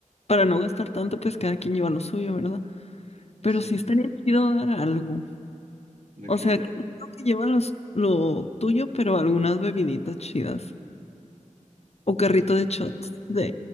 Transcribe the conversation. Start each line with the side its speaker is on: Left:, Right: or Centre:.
Left: para no gastar tanto, pues cada quien lleva lo suyo, ¿verdad? Pero
Right: Sí,
Left: sí estaría chido dar algo.
Right: de
Left: O
Right: que
Left: sea,
Right: un-
Left: creo que lleva los, lo tuyo, pero algunas bebiditas chidas. O carrito de shots, de